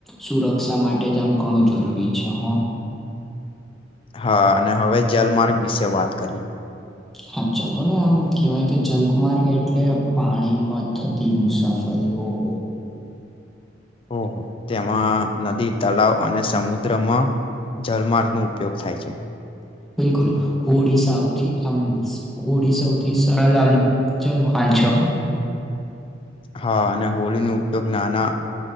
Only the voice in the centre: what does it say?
સુરક્ષા માટે જ આમ ઘણું જરૂરી છે, હો
હા ચલો ને આમ કેહેવાય કે જલગમાર્ગ એટલે પાણીમાં થતી મુસાફરી ઓહ હો
બિલકુલ હોળી સૌથી આમ હોળી સૌથી સરળ આમ જલ વાહન છેહ